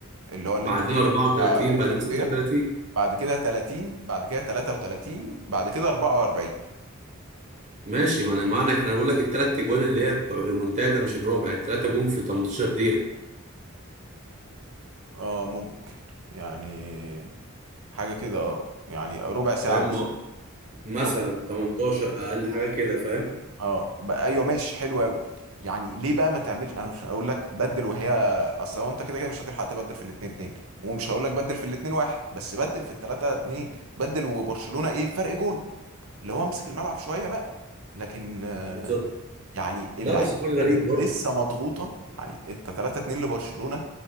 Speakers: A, on the right (about 75°); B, on the right (about 35°).
A: اللي هو اللي
B: بعدين
A: انتوا كنتوا-
B: 34
A: بتاع ايريك
B: بعدين
A: جارسيا
B: 36
A: بعد كده 30 بعد كده 33 بعد كده 44
B: ماشي ما انا ما انا أنا بقول لك التلات تجوان اللي هي بتوع الريمونتادا مش الرابع التلاته جم في 18 دقيقه
A: اه ممكن يعني حاجه كده اه يعني ربع ساعه
B: فاهم
A: مثلا
B: مثلا
A: في ربع
B: 18 اقل حاجه كده فاهم
A: اه ب- ايوه ماشي حلو قوي يعني ليه بقى ما تعملش انا مش هقول لك بدل وهي اصل هو انت كده كده مش هتلحق تبدل في الاثنين اتنين ومش هقول لك بدل في الاثنين واحد بس بدل في الثلاثه اتنين بدل وبرشلونه ايه فرق جون اللي هو امسك الملعب شويه بقى لكن آه،
B: بالظبط
A: يعني اللعيبه
B: لا بس حوار
A: كانت
B: غريب برضه
A: لسه مضغوطه يعني انت 3 2 لبرشلونه